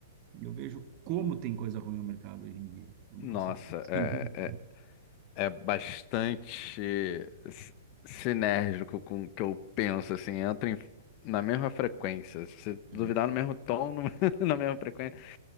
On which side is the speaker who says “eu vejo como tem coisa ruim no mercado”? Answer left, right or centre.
Right